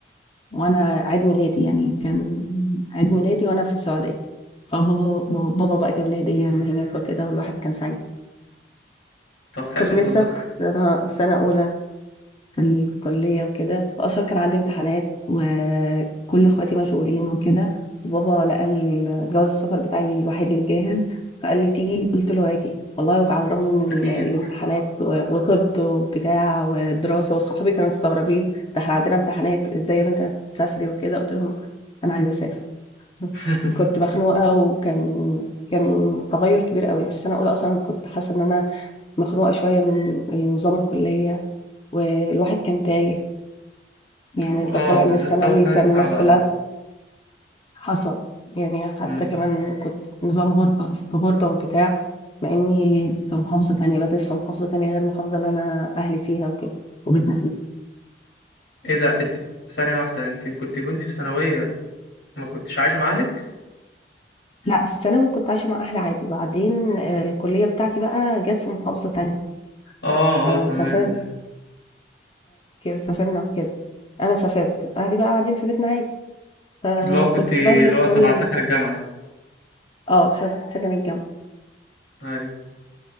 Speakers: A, on the left (about 30°); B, on the left (about 85°).
A: وأنا عيد ميلادي يعني كان عيد ميلادي وأنا في السعودية فبابا بابا بقى جاب لي هدية من هناك وكده والواحد كان سعيد
B: طب حلو
A: كنت لسه
B: والله
A: في سنة في سنة أولى في الكلية وكده، وأصلًا كان عندي امتحانات وكل اخواتي مشغولين وكده، وبابا لقى ال جواز السفر بتاعي الوحيد الجاهز، فقال لي: "تيجي؟" قُلت له: "هاجي." والله وعلى الرغم من
B: أكيد
A: ال الامتحانات و وطِب وبتاع ودراسة وصحابي كانوا مستغربين، "ده إحنا عندنا امتحانات، إزاي يا بنتي هتسافري وكده؟" قُلت لهم: "أنا عايزة أسافر." <laughs>
B: <laughs>
A: كنت مخنوقة وكان كان تغيُّر كبير أوي، في سَنة أولى أصلًا كنت حاسة إن أنا مخنوقة شوية من نظام الكلية والواحد كان تايه يعني
B: اه
A: انت طالع
B: بالذات
A: من الثانوي
B: أول سنة
A: كان
B: دي صعبة
A: الناس كلها
B: أوي
A: حصل يعني حتى
B: مم.
A: كمان كنت نظام غربة في غربة وبتاع مع اني في محافظة تانية بدرس في محافظة تانية غير المحافظة اللي انا اهلي فيها وكده وبيتنا فيها
B: ايه ده انت ثانية واحدة انت كنت وانت في ثانوية ما كنتش عايشة مع أهلك؟
A: لا في الثانوي كنت عايشة مع اهلي عادي بعدين آه، الكلية بتاعتي بقى جت في محافظة تانية
B: اه اه تمام
A: فسافرت سافرنا وكده انا سافرت اهلي بقى قاعدين في بيتنا عادي فكنت
B: اللي هو كنت اللي
A: بنزل
B: هو
A: كل
B: تبع سكن الجامعة
A: آه، سك سكن الجامعة.
B: أيوة